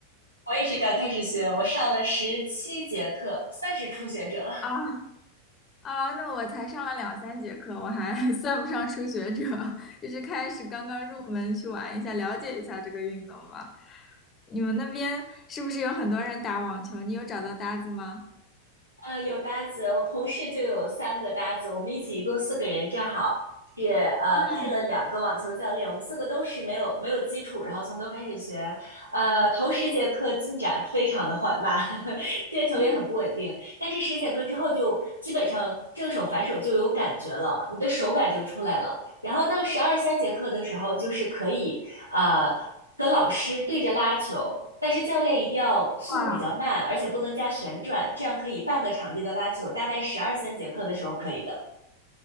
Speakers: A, on the right (about 80°); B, on the left (about 25°).
A: 我也是刚开始学，我上了十七节课，算是初学者。
B: <laughs> 啊，啊，那我才上了两三节课，我还 <laughs> 算不上初学者，就是开始刚刚入门去玩一下，了解一下这个运动吧。你们那边是不是有很多人打网球？你有找到搭子吗？
A: 呃，有搭子，我同事就有三个搭子，我们一起一共四个人，正好是呃配了两个网球教练，
B: 嗯
A: 我们四个都是没有没有基础，然后从头开始学，呃，头十节课进展非常的缓慢，<laughs> 接球也很不稳定，
B: 嗯，
A: 但是十节课之后就基本上正手反手就有感觉了，你的手感就出来了，然后到十二三节课的时候，就是可以呃和老师对着拉球，但是教练一定要速度比较慢，
B: <laughs> 哇
A: 而且不能加旋转，这样可以半个场地的拉球，大概十二三节课的时候可以的。